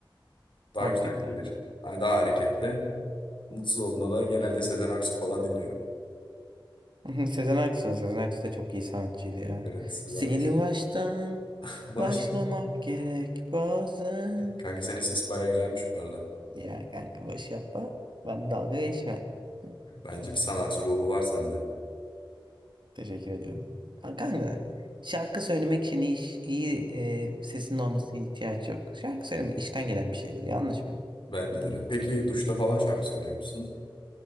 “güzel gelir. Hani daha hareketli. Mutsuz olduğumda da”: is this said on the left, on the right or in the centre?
Left